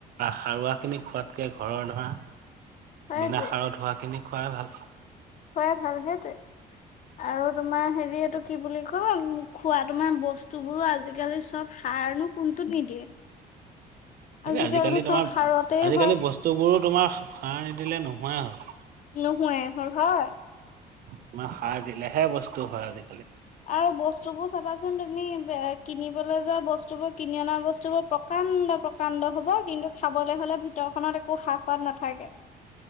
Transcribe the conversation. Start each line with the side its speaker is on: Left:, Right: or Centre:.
Right: সাৰুৱা খিনি খোৱাতকে ঘৰৰ ধৰা।
Left: সেইটোৱে
Right: বিনা সাৰত হোৱাখিনি খোৱাই ভাল।
Left: খোৱাই ভাল সেইটোৱে আৰু তোমাৰ হেৰি এইটো কি বুলি কয় উম খোৱা তোমাৰ বস্তু বোৰো আজিকালি চব সাৰনো কোনটোত নিদিয়ে। আজিকালিতো
Right: আজিকালি তোমাৰ
Left: চব সাৰতেই
Right: আজিকালি
Left: হয়
Right: বস্তুবোৰো তোমাৰ সাৰ নিদিলে নোহোৱাই হ'ল-
Left: নোহোৱাই হ'ল হয়
Right: তোমাৰ খাৰ দিলেহে বস্তু হয় আজি
Left: আৰু বস্তুবোৰ চাবাচোন তুমি কিনিবলৈ যোৱা বস্তু বোৰ কিনি অনা বস্তুবোৰ প্ৰকাণ্ড প্ৰকাণ্ড হব, কিন্তু খাবলৈ হলে ভিতৰখনত একো সা সোৱাদ নাথাকে।